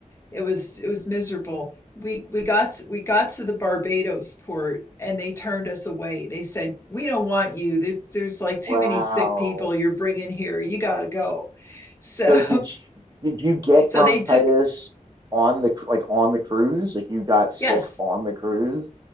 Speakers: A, on the left (about 20°); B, on the right (about 30°).
A: It was it was miserable. We we got we got to the Barbados port and they turned us away. They said, "We don't want you. There, there's like too
B: Wow.
A: many sick people you're bringing here. You got to go." So
B: So did you, did you get
A: <laughs> so
B: bronchitis
A: they took
B: on the cr- like on the cruise? Like you got sick
A: yes.
B: on the cruise?